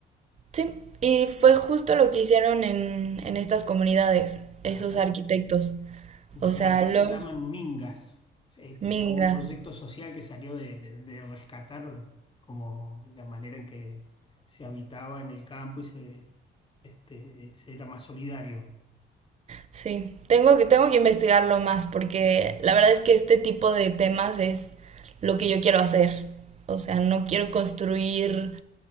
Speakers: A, on the right (about 35°); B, on the left (about 25°).
A: Sí, y fue justo lo que hicieron en, en estas comunidades,
B: Ajá.
A: esos arquitectos.
B: Mirá,
A: O sea,
B: acá
A: los
B: se llaman mingas, sí, pero
A: mingas.
B: es como un proyecto social que salió de, de- de rescatar como la manera en que se habitaba en el campo y se, este, se era más solidario.
A: Sí, tengo que, tengo que investigarlo más porque la verdad es que este tipo de temas es lo que yo quiero hacer. O sea, no quiero construir